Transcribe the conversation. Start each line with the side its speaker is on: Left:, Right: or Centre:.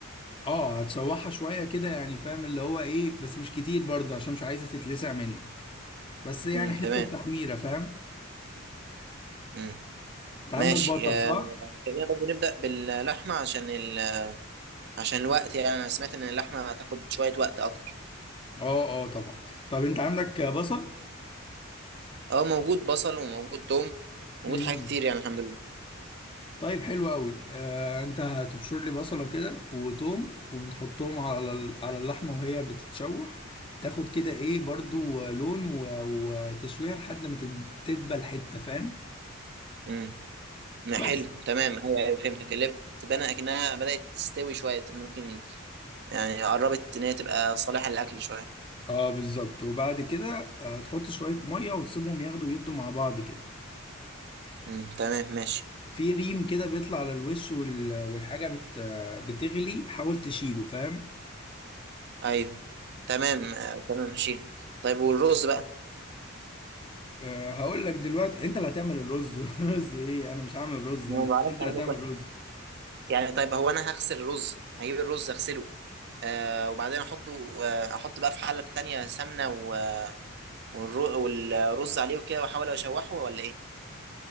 Left: اه هتشوحها شويه كده يعني فاهم اللي هو ايه بس مش كتير برضه عشان مش عايزه تتلسع منك بس يعني
Right: امم
Left: حته
Right: تمام
Left: تحميره فاهم
Right: امم
Left: انت
Right: ماشي
Left: عندك بصل
Right: آه،
Left: صح
Right: خلينا برضه نبدا باللحمه عشان ال... عشان الوقت يعني انا سمعت ان اللحمه هتاخد شويه وقت اكتر
Left: اه اه طبعا طب انت عندك بصل
Right: اه موجود بصل وموجود توم موجود
Left: امم
Right: حاجات كتير يعني الحمد لله
Left: طيب حلو قوي آه انت هتبشر لي بصله كده وتوم ونحطهم على ال- على اللحمه وهي بتتشوح تاخد كده ايه برضو آه، لون و- وتشويه لحد ما تد- تدبل حته فاهم
Right: مم. ما
Left: بس
Right: حلو تمام ايوه ايوه فهمتك اللي بتبان اكنها بدات تستوي شويه ممكن يعني قربت ان هي تبقى صالحه للاكل شويه
Left: اه بالظبط وبعد كده آه تحط شويه ميه وتسيبهم ياخدوا يدوا مع بعض كده
Right: امم تمام ماشي
Left: في ريم كده بيطلع على الوش وال- والحاجه بت آه، بتغلي حاول تشيله فاهم
Right: ايوه تمام آه، تمام ماشي طيب والرز بقى
Left: أه هقول لك دلوقتي انت اللي هتعمل الرز <laughs> رز ايه انا مش هعمل رز
Right: ما
Left: انا
Right: بعرفش
Left: انت اللي
Right: اعمله
Left: هتعمل
Right: كويس
Left: رز
Right: يعني طيب هو انا هغسل الرز هجيب الرز اغسله آه وبعدين احطه آه احط بقى في حله تانية سمنه و- والر- والرز عليه وكده واحاول اشوحه ولا ايه؟